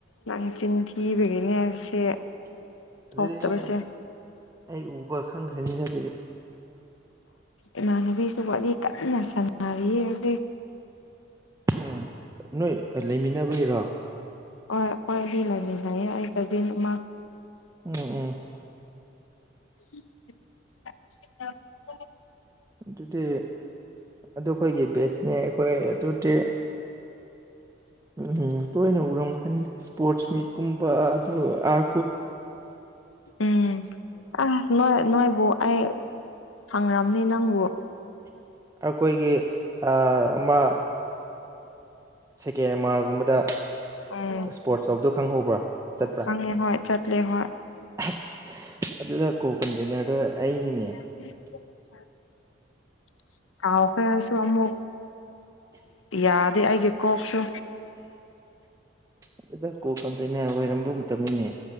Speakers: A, on the left; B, on the right.
A: ꯂꯪꯆꯤꯟ ꯊꯤꯕꯒꯤꯅꯦ ꯁꯤ ꯊꯣꯛꯇꯕꯁꯦ
B: ꯑꯗꯨꯗꯤ ꯅꯪ ꯑꯩ ꯎꯕ ꯈꯪꯈ꯭ꯔꯅꯤ ꯍꯥꯏꯕꯗꯤ
A: ꯏꯃꯥꯟꯅꯕꯤꯁꯨ ꯋꯥꯔꯤ ꯀꯟꯅ ꯁꯥꯟꯅꯔꯤ ꯍꯧꯖꯤꯛ
B: ꯎꯝ ꯅꯣꯏ ꯂꯩꯃꯤꯟꯅꯕꯩꯔꯣ
A: ꯑꯩꯈꯣꯏꯕꯤꯕꯤꯗꯌꯦ ꯑꯩ ꯀꯖꯤꯟ ꯃꯥ
B: ꯎꯝ ꯎꯝ
A: <unintelligible>
B: ꯑꯗꯨꯗꯤ ꯑꯗꯨꯈꯣꯏꯒꯤ ꯕꯦꯁꯅꯦ ꯑꯩꯈꯣꯏ ꯑꯗꯨꯗꯤ ꯎꯝ ꯎꯝ ꯇꯣꯏꯅ ꯎꯔꯝꯒꯅꯤꯗ ꯏꯁꯄꯣꯔꯠꯁ ꯃꯤꯠꯀꯨꯝꯕ ꯑꯗꯨ ꯑꯥ
A: ꯎꯝ ꯑ ꯅꯣꯏ ꯅꯣꯏ ꯧ ꯑ ꯁꯥꯡꯒ꯭ꯔꯥꯝꯅꯦ ꯅꯪꯕ
B: ꯑꯩꯈꯣꯏꯒꯤ ꯑꯃ ꯁꯦꯀꯦꯟ ꯑꯃꯥꯔꯒꯨꯝꯕꯗ
A: ꯎꯝ
B: ꯏꯁꯄꯣꯔꯠꯁ ꯇꯧꯕꯗꯣ ꯈꯪꯍꯧꯕ꯭ꯔꯥ ꯆꯠꯄ꯭ꯔꯥ
A: ꯈꯪꯉꯦ ꯍꯣꯏ ꯆꯠꯂꯦ ꯍꯣꯏ
B: ꯑꯁ ꯑꯗꯨꯗ ꯀꯣꯀꯟꯚꯦꯅꯤꯔꯗꯣ ꯑꯩꯅꯤꯅꯦ
A: <unintelligible> ꯉꯥꯎꯈꯔ‌ꯦ ꯑꯩꯁꯨ ꯑꯃꯨꯛ ꯌꯥꯗꯦ ꯑꯩꯒꯤ ꯀꯣꯛꯁꯨ
B: ꯑꯗꯨꯗ ꯀꯣ ꯀꯟꯚ‌ꯦꯅꯔ ꯑꯣꯏꯔꯝꯕ ꯃꯇꯝꯅꯤꯅꯦ